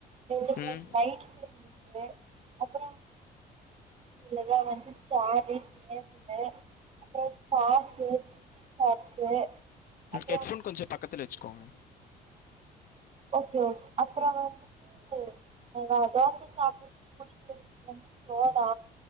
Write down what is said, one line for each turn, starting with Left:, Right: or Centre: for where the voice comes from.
Right: ரெண்டு மூணு
Left: ம்.
Right: லைட்ஸ் செட்டிங் இருக்கு அப்பற இதுலதா வந்து சேரு டேபிள் அப்பற சாஸு சில்லி சாஸு அப்புறோ
Left: ஹெட்ஃபோன் கொஞ்ச பக்கத்தில்ல வச்சுக்கோங்க
Right: ஓகே ஓகே அப்பற வந்துட்டு தோச சாப்படுறது குடிக்கிறதுக்கு வந்து சோடா